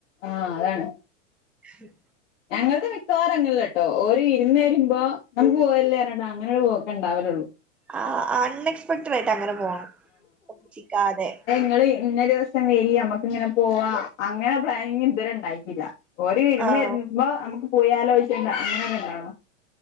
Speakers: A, on the left (about 65°); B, in the centre.
A: ആഹ് അതാണ്
B: ശ
A: ഞങ്ങൾത് മിക്കവാറുംങ്ങനല്ലട്ടോ ഓരോ ഇരുന്ന് വരുമ്പോ നമുക്ക് പോല്ലേറണ്ടാ അങ്ങനെ ഒരു പോക്കുണ്ടാവലുള്ളൂ
B: ആഹ് അൺഎക്സ്പെക്ടഡ് ആയിട്ട് അങ്ങനെ പോണം <unintelligible> ക്കാതെ
A: നിങ്ങള് ഇന്ന ദിവസം വരി നമ്മക്ക ഇങ്ങനെ പോവാ അങ്ങനെ പ്ലാനിങ് ഇതുവരെ ഉണ്ടായിട്ടില്ല ഓര് ഇരുന്ന്
B: ആഹ്
A: ഇരുന്ന് ഇപ്പോ നമുക്ക് പോയാലോശ്യുണ്ട അങ്ങനെന്നെ ഉണ്ടാണോ